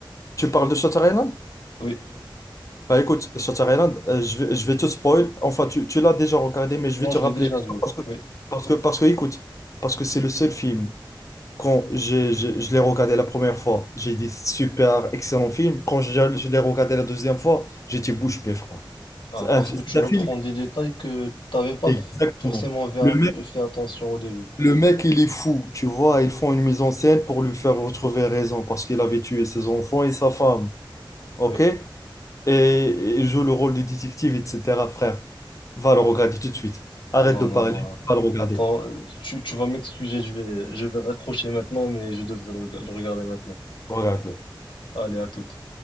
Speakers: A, on the left (about 40°); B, on the left (about 75°).
A: Tu parles de Shutter Island?
B: Oui.
A: Bah écoute, Shutter Island, euh, je vais, je vais te spoil. Enfin, tu, tu l'as déjà regardé, mais je
B: Non,
A: vais te
B: je
A: rappeler
B: l'ai déjà
A: l'histoire
B: vu.
A: parce que,
B: Oui.
A: parce que, parce que, écoute, parce que c'est le seul film. Quand j'ai, j'ai- je l'ai regardé la première fois, j'ai dit super, excellent film. Quand je, je l'ai regardé la deuxième fois, j'étais bouche bée, frère.
B: Ah,
A: C'est un,
B: parce
A: c'est
B: que tu
A: un
B: reprends
A: film,
B: des détails que t'avais pas
A: exactement.
B: f- forcément ver-
A: Le
B: fait attention au début.
A: Le mec, il est fou, tu vois. Ils font une mise en scène pour lui faire retrouver raison parce qu'il avait tué ses enfants et sa femme. OK?
B: Oui.
A: Et et il joue le rôle du détective, etc. Frère, va le regarder tout de suite. Arrête
B: Non,
A: de
B: non,
A: parler,
B: moi.
A: va le regarder.
B: Attends, euh, tu, tu vas m'excuser, je vais, je vais raccrocher maintenant, mais je devrais le, reg- le regarder maintenant.
A: Regarde-le.
B: Allez, à toute.